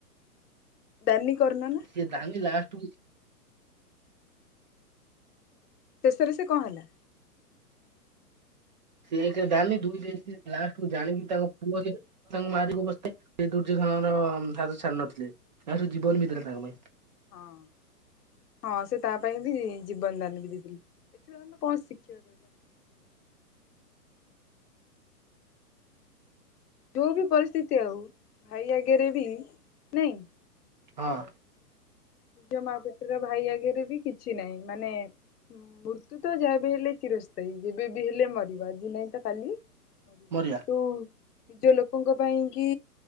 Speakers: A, on the left; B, on the right.
A: ଦାନି କର୍ଣ୍ଣ ନା?
B: ସେ ଦାନି ଲାଷ୍ଟକୁ
A: ଶେଷରେ ସେ କଣ ହେଲା?
B: ସିଏ ଏକେ ଦାନି ଦୁଇରେ ସେ ଲାଷ୍ଟକୁୁ ଜାଣିକି ତାଙ୍କ ପୁଅ <unintelligible> ତାଙ୍କ ମାରିଆକୁ ବସିଥି ତେ ଦୁର୍ଯ୍ୟଧନର
A: ହଁ
B: ହାତ ଛାଡି ନଥିଲେ ଲାଷ୍ଟକୁ ଜୀବନ ବି ଦେଲେ ତାଙ୍କ ପାଇଁ।
A: ହଁ ହଁ ସେ ତା ପାଇଁ ବି ଜୀବନ ଦାନ ବି ଦେଇଥିଲି। ଏଥିରୁ ଆମେ କଣ ଶିଖିବା କହିଲ? ଯୋଉ ବି ପରିସ୍ଥିତି ଆଉ ଭାଇ ଆଗେରେ ବି ନାଇଁ
B: ହଁ।
A: ନିଜ ମା ପେଟର ଭାଇ ଆଗେରେ ବି କିଛି ନାଇଁ ମାନେ ଉଁ ମୃତ୍ୟୁ ତ ଯାହାବି ହେଲେ ଚିରସ୍ଥାୟୀ ଯେବେ ବି ହେଲେ ମରିବା ଆଜି ନାଇଁ ତ କାଲି ମରିବ
B: ମରିବା
A: କିନ୍ତୁ ନିଜ ଲୋକଙ୍କ ପାଇଁ କି